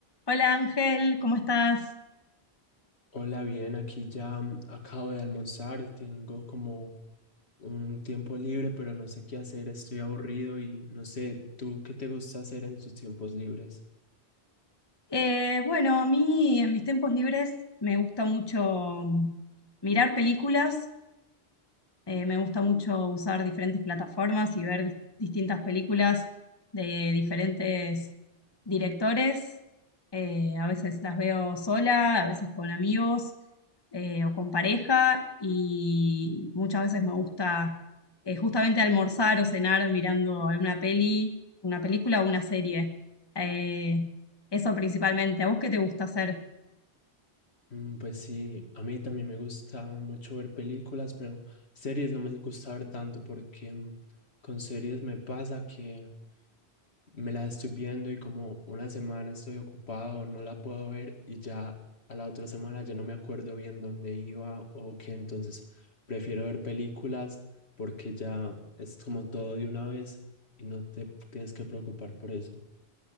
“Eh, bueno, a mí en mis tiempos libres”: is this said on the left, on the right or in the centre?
Left